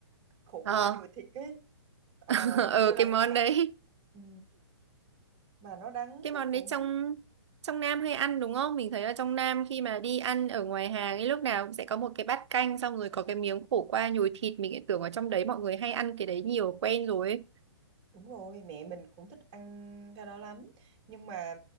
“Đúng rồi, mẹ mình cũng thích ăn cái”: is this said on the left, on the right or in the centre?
Right